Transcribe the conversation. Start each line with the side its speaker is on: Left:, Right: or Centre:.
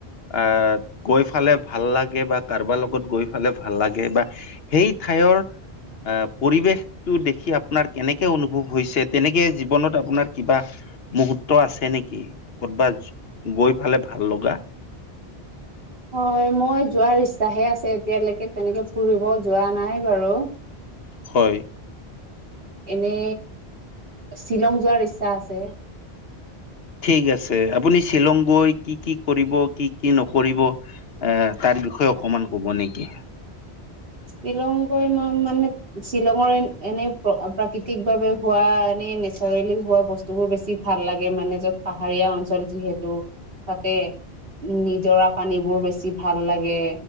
Left: আহ কৈ ফালে ভাল লাগে বা কাৰোবাৰ লগত গৈ ফালে ভাল লাগে বা সেই ঠাই- ভাইয়ৰ আহ পৰিৱেশতটো দেখি আপোনাৰ কেনেকে অনুভৱ হৈছে তেনেকে জীৱনত আপোনাৰ কিবা মুহূৰ্ত আছে নেকি ক'তবাতজ গৈ। খালে ভাল লগা।
Right: হয় মই যোৱাৰ ইচ্ছাহে আছে এতিয়ালৈকে তেনেকে ফুৰিব যোৱা নাই বাৰু।
Left: হয়।
Right: এনে শ্বিলং যোৱাৰ ইচ্ছা আছে।
Left: ঠিক আছে আপুনি শ্বিলং গৈ কি কি কৰিব কি কি নকৰিব এ তাক বিষয়ে অকমান কব নেকি?
Right: শ্বিলং গৈ মানে শ্বিলঙৰ এনে প্ৰাকৃতিক ভাৱে হোৱা এনে নেচাৰেলি হোৱা বস্তু বোৰ বেছি ভাল লাগে মানে য'ত পাহাৰীয়া অঞ্চল যিহেতু তাতে নিজৰা পানীবোৰ বেছি ভাল লাগে